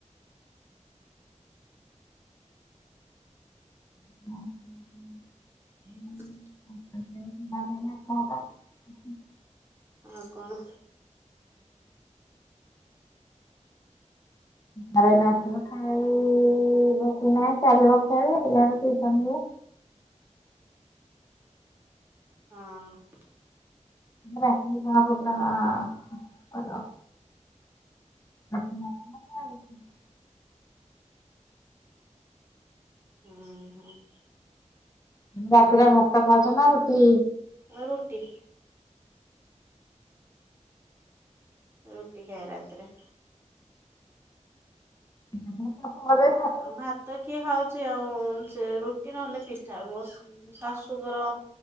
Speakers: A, on the left (about 25°); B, on the right (about 20°).
A: ହଁ ହଁ ହଁ।
B: ହୁଁ।
A: ଆଟ <unintelligible>
B: ଆଉ କଣ।
A: ଘରେ ନାଚିବ ଖାଇବ କି ନାଇଁ ଚାଲିବ ଖେଳ ଠ <unintelligible> କୁ
B: ହଁ।
A: ରାଟି କି କଣ ହବପୁରା ଆ କର ଆ କ <unintelligible>
B: ହୁଁ ହୁଁ।
A: ରାତିରେ ଭାତ ଖାଉଛ ନା ରୁଟି?
B: ରୁଟି। ରୁଟି ଖାଏ ରାତିରେ।
A: ତା <unintelligible>
B: ଆ ଭାତ କିଏ ଖାଉଛି ଆଉ ସେ ରୁଟି ନହେଲେ ପିଠା ବସ ଶାଶୁଙ୍କର